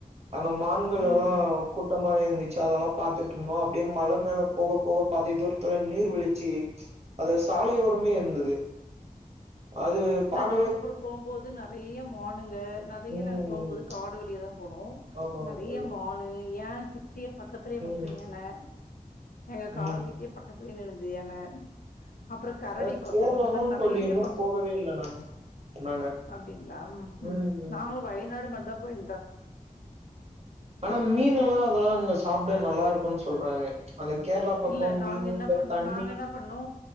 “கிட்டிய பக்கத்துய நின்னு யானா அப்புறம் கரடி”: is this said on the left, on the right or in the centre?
Left